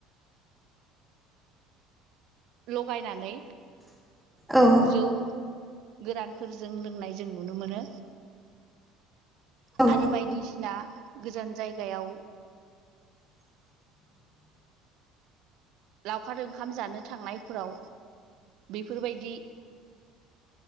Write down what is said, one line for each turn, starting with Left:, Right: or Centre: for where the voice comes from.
Right: लगायनानै
Centre: औ
Right: जौ गोरानफोरजों लोंनाय जों नुनो मोनो
Centre: औ
Right: आरो बायदिसिना गोजान जायगायाव
Centre: <inaudible>
Right: लावखार ओंखाम जानो थांनायफोराव बेफोरबायदि